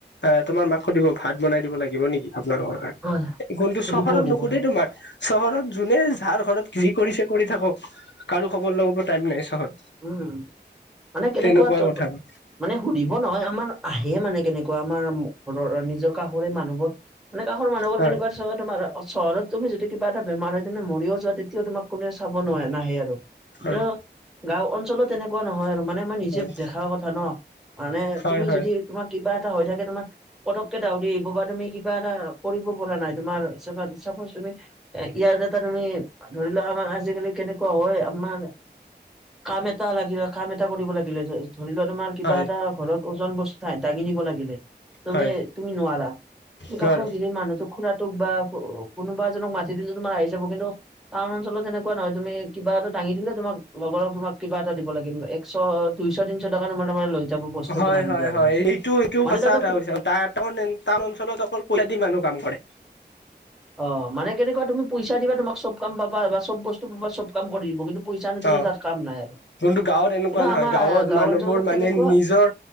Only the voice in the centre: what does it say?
হয়
সুধিব
সুধিব
উম, মানে কেনেকুৱা
ত
মানে সুধিব নহয়। আমাৰ আহে মানে কেনেকুৱা আমাৰ ঘৰৰ নিজৰ কাষৰে মানুহঘৰ। মানে কাষৰ মানুহবোৰ
কেনেকুৱা চাবা চহৰত তুমি যদি কিবা এটা বেমাৰ হয়। তুমি মৰিয়ো যোৱা তে তেতিয়াও তোমাক কোনোৱে চাব নোৱাৰে নাহে আৰু
কিন্তু গাওঁ অঞ্চলত তেনেকুৱা নহয় আৰু মানে মই নিজে
দেখা কথা ন, মানে
তুমি
যদি তোমাৰ কিবা এটা হৈ থাকে। তোমাৰ পটকে দৌৰি আহিব বা তুমি কিবা এটা কৰিব পৰা নাই তোমাৰ চাবা চাপোউচ তুমি এ ইয়াৰ দঙটা তুমি ধৰি লোৱা আমাৰ আজিকালি কেনেকুৱা হয়। আমাৰ কাম এটা লাগিলে, কাম এটা কৰিব লাগিলে ধৰি লোৱা তোমাৰ
কিবা এটা। ঘৰত ওজন বস্তু দাঙি নিব লাগিলে। তুমি
তুমি নোৱাৰা, তুমি
কাষৰ গেই মানুহটোক খুৰাটোক বা অ' কোনোবা এজনক মাতি দিলে তোমাৰ আহি যাব। কিন্তু টাউন অঞ্চলত তেনেকুৱা নহয়। তুমি কিবা এটা দাঙি দিলে তোমাক লগৰ তোমাক কিবা এটা দিব লাগিব। একশ দুইশ তিনিশ টকা তোমাৰ তাৰমানে লৈ যাব বস্তু
এটা দাঙি
দিয়াৰ বাবে
মানে
তাতে
অ' মানে কেনেকুৱা তুমি পইচা দিবা তোমাক চ'ব কাম পাবা বাচ্ছ চ'ব বস্তু পাব চ'ব কাম কৰি দিব। কিন্তু পইচা নিদিলে
তাত কাম নাই আৰু
কিন্তু
আমাৰ
গাঁও
অঞ্চলত
কেনেকুৱা